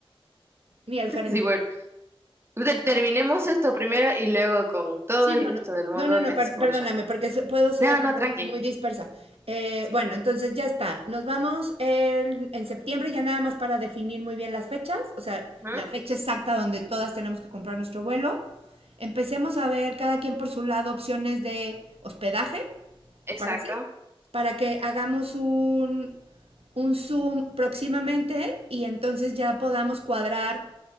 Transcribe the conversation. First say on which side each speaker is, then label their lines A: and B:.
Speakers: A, on the right; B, on the right.
A: ni el
B: <laughs>
A: gerente.
B: Sí, bueno, te- terminemos esto primero y luego con todo
A: Sí,
B: el
A: no,
B: gusto
A: no,
B: del mundo
A: no, no, no,
B: te escucho.
A: per- perdóname, porque so- puedo ser
B: No, no,
A: muy,
B: tranqui.
A: muy dispersa. Eh,
B: Sí.
A: bueno, entonces ya está. Nos vamos el- en septiembre ya nada más para definir muy bien las fechas, o sea,
B: Ujú,
A: la fecha exacta donde todas tenemos que comprar nuestro vuelo. Empecemos a ver cada quien por su lado opciones de hospedaje,
B: Exacto.
A: ¿te parece? Para que hagamos un, un Zoom próximamente y entonces ya podamos cuadrar